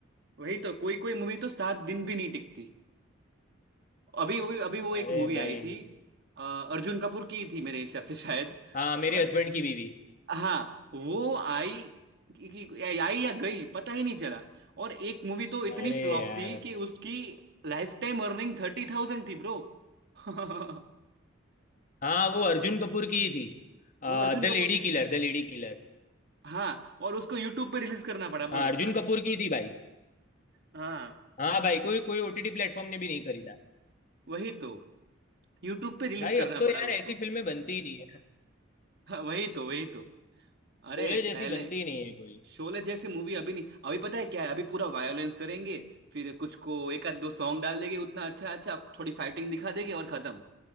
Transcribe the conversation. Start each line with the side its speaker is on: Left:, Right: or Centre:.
Right: वही तो कोई कोई मूवी तो सात दिन भी नहीं टिकती अभी अभी अभी वो एक
Left: अरे
Right: मूवी
Left: भाई
Right: आई थी अ, अर्जुन कपूर की थी मेरे हिसाब से शायद
Left: हाँ मेरे
Right: और
Left: हस्बैंड की बीवी
Right: हाँ वो आई कि, कि, आई या गई पता ही नहीं चला और एक मूवी तो इतनी
Left: अरे
Right: फ्लॉप
Left: यार
Right: थी कि उसकी लाइफ टाइम अर्निंग थर्टी थाउजेंड थी ब्रो <laughs>
Left: हाँ वो अर्जुन कपूर की ही थी
Right: वो अर्जुन
Left: The
Right: कपूर
Left: lady killer the lady killer
Right: हाँ और उसको यूट्यूब पे रिलीज करना पड़ा बोलो
Left: हाँ अर्जुन कपूर की ही थी भाई
Right: <laughs> हाँ
Left: हाँ भाई कोई कोई ओटीटी प्लेटफॉर्म ने भी नहीं खरीदा
Right: वही तो यूट्यूब पे रिलीज
Left: भाई अब
Right: करना
Left: तो यार
Right: पड़ा उसको
Left: ऐसी
Right: <laughs>
Left: फिल्में बनती ही नहीं है
Right: हाँ, वही तो वही तो अरे
Left: शोले जैसी
Right: पहले
Left: बनती नहीं है कोई
Right: शोले जैसी मूवी अभी नहीं अभी पता है क्या है अभी पूरा वायोलेंस करेंगे फिर कुछ को एक आध दो सॉन्ग डाल देंगे उतना अच्छा अच्छा थोड़ी फाइटिंग दिखा देंगे और खत्म